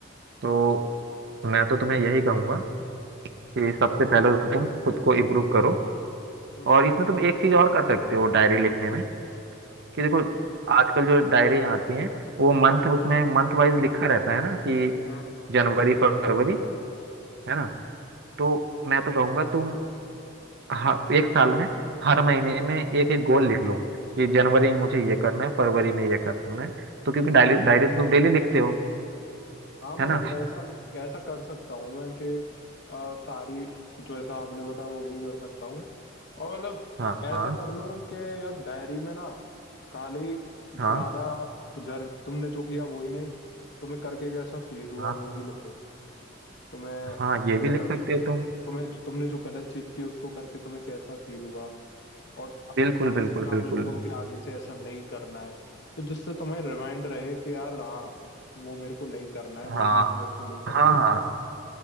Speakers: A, on the right; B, on the left.
A: तो मैं तो तुम्हें यही कहूंगा कि सबसे पहले
B: हम्म
A: तो तुम खुद को इम्प्रूव करो
B: हम्म
A: और इसमें तुम एक चीज और कर सकते हो डायरी लिखने में कि देखो आजकल जो डायरियां आती हैं वो मंथ उसमें
B: हम्म
A: मंथ वाइज लिखा रहता है ना कि
B: हम्म हम्म।
A: जनवरी फरवरी है ना तो मैं तो कहूंगा तुम हर एक साल में हर महीने में एक एक गोल लिख लो कि जनवरी में मुझे ये करना है फरवरी में ये करना है तो क्योंकि डायरी डायरी तो तुम डेली लिखते हो
B: हाँ मतलब
A: है ना
B: ऐसा ऐसा कर सकता हूँ मैं कि आ, सारी जो ऐसा आपने बताया वो भी कर सकता हूँ और मतलब
A: हाँ हाँ
B: ऐसा कर लूँ कि यार डायरी में ना खाली
A: हाँ
B: तुम्हारा जर तुमने जो किया वो ही नहीं तुम्हें करके कैसा फील हुआ
A: हाँ
B: वो भी लिखो तुम्हें
A: हाँ ये भी
B: मतलब
A: लिख सकते हो तुम
B: तुम्हें तुमने जो गलत चीज की उसको करके तुम्हें कैसा फील हुआ और
A: बिल्कुल
B: और उसके
A: बिल्कुल
B: सामने
A: बिल्कुल
B: लोगों कि आगे से ऐसा नहीं करना है तो जिससे तुम्हें रिमाइंड रहे कि यार हाँ वो मेरे को नहीं करना है वो
A: हाँ
B: चीज मेरे को नहीं करनी
A: हाँ
B: है
A: हाँ